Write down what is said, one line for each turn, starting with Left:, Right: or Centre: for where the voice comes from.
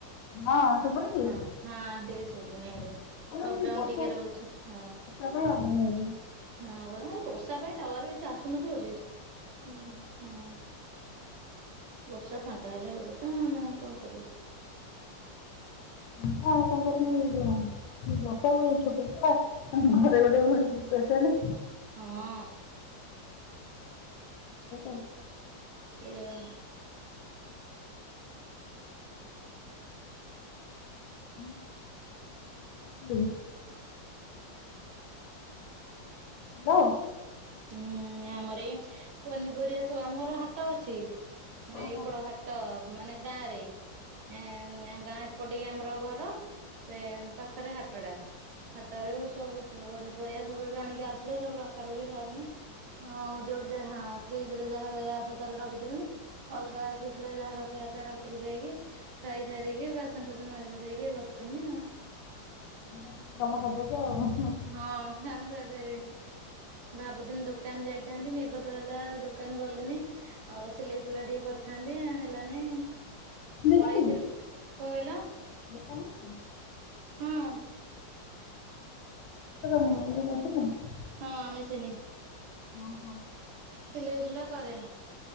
Left: ହଁ ଶୁଭୁନିକି?
Right: ହଁ ହଁ ଟିକେ ଶୁଭୁନି ଏବେ।
Left: ହଁ ଏଇ
Right: ଅପଡାଉନ
Left: ବର୍ଷ
Right: ଟିକେ ରହୁଛି ହଁ
Left: <unintelligible>
Right: ହଁ ପା ଏ ବର୍ଷା ପାଇଁ ଟାୱାର ବେଶୀ ଆସୁନଥିବ ଯେ। ଉଁ ହଁ। ବର୍ଷା ଫାଙ୍କା ହେଲେ ହବ ତ ନା କଣ କରିବ?
Left: ମୁଁ ଆଉ କଣ କରିବି <unintelligible> ବର୍ଷାକୁ ଏ ଛୋଟ ଛୁଆ ପୁଣି ଘରେ ଗୋଟେ ଏ ପେସେଣ୍ଟ।
Right: ହଁ
Left: <unintelligible>
Right: ଏଇଆ।
Left: ଆମର। ହ୍ୟାଲୋ।
Right: ହୁଁ ଆମର ଏଇ ପନିପରିବା ସବୁ ଆମର ହାଟ ଅଛି।
Left: ହଁ
Right: ଏପଟ
Left: ହଁ
Right: ହାଟ ମାନେ ଗାଁ ରେ। ଏଁ ଏ ଗାଁ ଏପଟିକି ଆମର ଘର। ସେ ପାଖରେ ହାଟ ଟା। ହାଟରେ ସବୁ ପନିପରିବା ସବୁ ଏବେ ଆଣିକି ଆସିଲେ। ସବୁ ରଖା ରଖି ଚା ଉଁ ଯୋଉଠି ଯା ଫ୍ରିଜରେ ଯାହା ରହିବା କଥା ରଖିଦେଲେ ଅଲଗା ଶୁଖିଲା ଯାହା ରଖିବା ତା ରଖି ରୁଖାଇକି ଖାଇସାରିକି ବାସନ ଫାସନ ମାଜି ମୁଜାକି ବସିଛନ୍ତିି ଆଉ।
Left: ବେ କାମ ସଦଛ ଆଉ <unintelligible>
Right: ହଁ କାମ ସାରି ସାରିଲିଣି। ଭାବୁଥିଲି ଦୋକାନ ଯାଇଥାନ୍ତି ମେଘ ତ ହେଲା ଦୋକାନ ଗଲିନି। ଆଉ ସିଲେଇ ସୁଲା ଟିକେ କରିଥାନ୍ତି ହେଲାନି।
Left: ଦେଲନି।
Right: ପଳେଇଥିଲି। କଣ କହିଲ
Left: <unintelligible>
Right: ହଁ।
Left: ରହ <unintelligible>
Right: ହଁ, ମେସିନି।
Left: ଅହ।
Right: ସିଲେଇ ସୁଲା କରେ।